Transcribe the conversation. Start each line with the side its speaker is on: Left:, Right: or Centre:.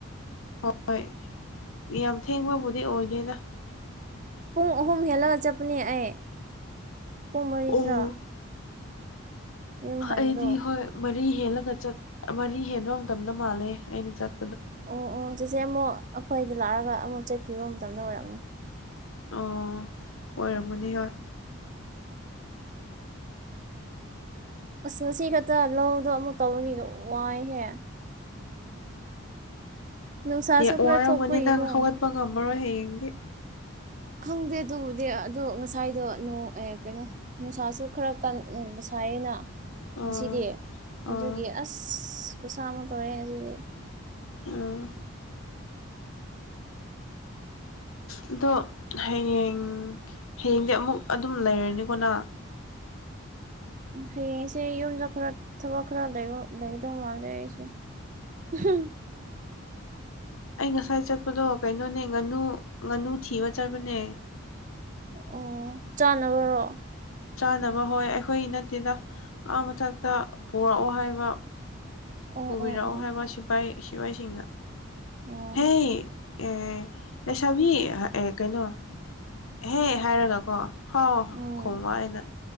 Left: ꯍꯣꯏ ꯌꯥꯝ ꯊꯦꯡꯕꯕꯨꯗꯤ ꯑꯣꯏꯗꯦꯗ
Right: ꯄꯨꯡ ꯑꯍꯨꯝ ꯍꯦꯜꯂꯒ ꯆꯠꯄꯅꯦ ꯑꯩ ꯄꯨꯡ ꯃꯔꯤꯗ꯭ꯔꯥ
Left: ꯑꯣ
Right: ꯌꯨꯝ ꯍꯟꯕꯗꯣ
Left: ꯑꯩꯗꯤ ꯍꯣꯏ ꯃꯔꯤ ꯍꯦꯜꯂꯒ ꯆꯠ ꯃꯔꯤ ꯍꯦꯟꯕ ꯃꯇꯝꯗ ꯃꯥꯜꯂꯦ ꯑꯩꯅ ꯆꯠ
Right: ꯑꯣ ꯑꯣ ꯆꯦꯆꯦ ꯑꯃꯨꯛ ꯑꯩꯈꯣꯏꯗ ꯂꯥꯛꯑꯒ ꯑꯃꯨꯛ ꯆꯠꯈꯤꯕ ꯃꯇꯝꯗ ꯑꯣꯏꯔꯝꯅꯤ
Left: ꯑꯣ ꯑꯣꯏꯔꯝꯃꯅꯤ ꯍꯣꯏ
Right: ꯑꯁ ꯉꯁꯤ ꯈꯛꯇ ꯂꯧꯗꯣ ꯑꯃꯨꯛ ꯇꯧꯕꯒꯤ ꯋꯥꯏꯍꯦ ꯅꯨꯡꯁꯥꯁꯨ
Left: ꯑꯣ
Right: ꯈꯔ
Left: ꯋꯥꯔꯝꯒꯅꯤ
Right: ꯊꯣꯛꯄꯒꯤꯀꯣ
Left: ꯅꯪ ꯍꯧꯒꯠꯄ ꯉꯝꯃꯔꯣꯏ ꯍꯌꯦꯡꯗꯤ
Right: ꯈꯪꯗꯦ ꯑꯗꯨꯕꯨꯗꯤ ꯑꯗꯣ ꯉꯁꯥꯏꯗꯣ ꯅꯣꯡ ꯑꯦ ꯀꯩꯅꯣ ꯅꯨꯡꯁꯥꯁꯨ ꯈꯔ ꯀꯟ ꯁꯥꯏꯅ
Left: ꯑꯣ
Right: ꯉꯁꯤꯗꯤ
Left: ꯑꯣ
Right: ꯑꯗꯨꯒꯤ ꯑꯁ ꯈꯨꯁꯥ ꯑꯃ ꯇꯧꯔꯦ ꯉꯥꯁꯤꯗꯤ
Left: ꯑꯥ ꯑꯗꯣ ꯍꯌꯦꯡ ꯍꯌꯦꯡꯗꯤ ꯑꯃꯨꯛ ꯑꯗꯨꯝ ꯂꯩꯔꯅꯤꯀꯣꯅꯪ
Right: ꯍꯌꯦꯡꯁꯦ ꯌꯨꯝꯗ ꯈꯔ ꯊꯕꯛ ꯈꯔ ꯂꯩꯕ ꯂꯩꯗꯧ ꯃꯥꯜꯂꯦ ꯑꯩꯁꯦ ꯎꯝ
Left: ꯑꯩ ꯉꯁꯥꯏ ꯆꯠꯄꯗꯣ ꯀꯩꯅꯣꯅꯦ ꯉꯥꯅꯨ ꯉꯥꯅꯨ ꯊꯤꯕ ꯆꯠꯄꯅꯦ
Right: ꯑꯣ ꯆꯥꯅꯕꯔꯣ
Left: ꯆꯥꯅꯕ ꯍꯣꯏ ꯑꯩꯈꯣꯏ ꯅꯠꯇꯦꯗ ꯑ ꯃꯊꯛꯇ ꯄꯨꯔꯛꯑꯣ ꯍꯥꯏꯕ
Right: ꯑꯣ
Left: ꯄꯨꯕꯤꯔꯛꯑꯣ
Right: ꯑꯣ ꯑꯣ
Left: ꯍꯥꯏꯕ
Right: ꯑꯣ
Left: ꯁꯤꯐꯥꯏ ꯁꯤꯐꯥꯏꯁꯤꯡꯅ
Right: ꯑꯣ
Left: ꯍꯦ ꯑꯦ ꯂꯩꯁꯕꯤ ꯀꯩꯅꯣ ꯍꯦ ꯍꯥꯏꯔꯒꯀꯣ ꯍꯥꯎ
Right: ꯎꯝ
Left: ꯈꯣꯡꯕ ꯑꯩꯅ